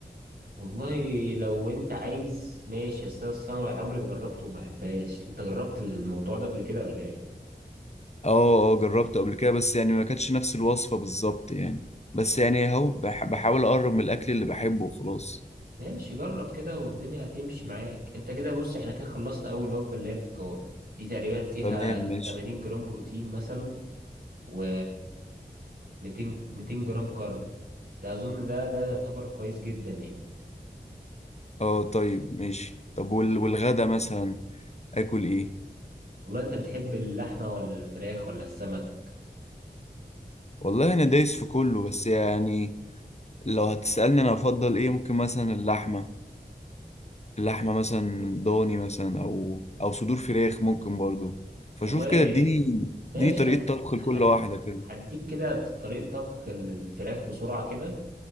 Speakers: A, on the right; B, on the left.
A: والله لو انت عايز ماشي بس انا الصنوة عمري ما جربته وما احبهاش انت جربت الموضوع ده قبل كده ولا ايه
B: اه اه جربته قبل كده بس يعني ما كانتش نفس الوصفة بالظبط يعني بس يعني اهو بح... بحاول اقرب من الاكل اللي بحبه وخلاص
A: ماشي جرب كده والدنيا هتمشي معاك انت كده بص احنا كده خلصنا اول وجبة اللي هي الفطار دي تقريبا فيها
B: تمام ماشي
A: 80 جرام بروتين مثلا و 200 200 جرام كارب ده اظن ده ده يعتبر كويس جدا يعني
B: اه طيب ماشي طب وال... والغدا مثلا اكل ايه
A: والله انت بتحب اللحمة ولا الفراخ ولا السمك
B: والله انا دايس في كله بس يعني لو هتسألني انا افضل ايه ممكن مثلا اللحمة اللحمة مثلا ضاني مثلا او او صدور فراخ ممكن برضو فشوف
A: والله
B: كده اديني
A: ماشي
B: اديني طريقة
A: حد
B: طبخ لكل
A: حد
B: واحدة كده
A: هديك كده طريقة طبخ الفراخ بسرعة كده